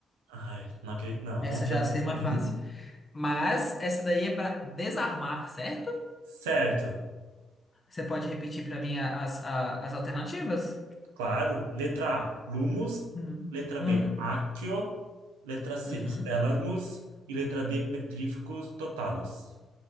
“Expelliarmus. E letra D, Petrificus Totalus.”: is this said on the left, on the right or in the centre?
Right